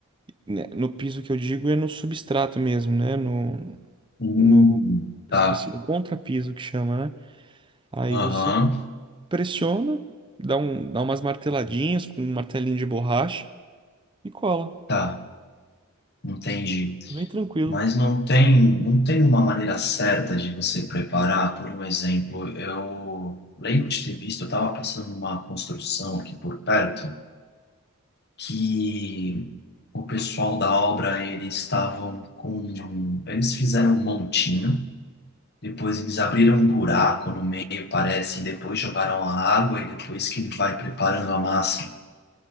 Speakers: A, on the right; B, on the left.
A: né, No piso que eu digo é no substrato mesmo, né? No,
B: Hum,
A: no,
B: tá.
A: esqueci, no contrapiso que chama, né? Aí
B: Aham,
A: você pressiona, dá um, dá umas marteladinhas com um martelinho de borracha e cola.
B: tá. Entendi.
A: É Bem tranquilo.
B: Mas não tem, não tem uma maneira certa de você preparar, por um exemplo, eu lembro de ter visto, eu estava passando uma construção aqui por perto. que o pessoal da obra, eles estavam com... Eles fizeram um montinho, depois eles abriram um buraco no meio, parece, e depois jogaram a água, e depois que ele vai preparando a massa.